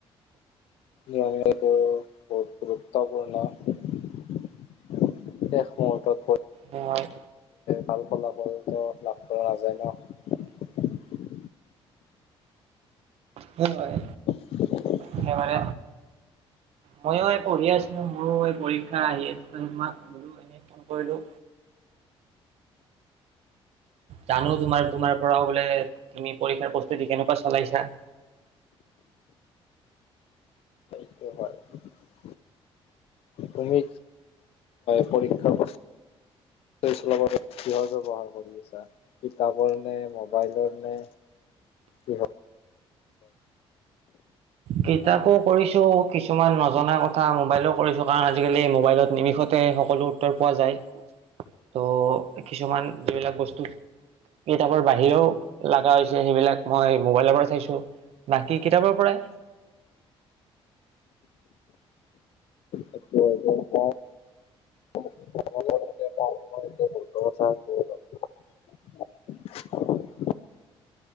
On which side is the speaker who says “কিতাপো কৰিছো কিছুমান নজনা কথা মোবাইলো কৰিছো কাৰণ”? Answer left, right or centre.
Right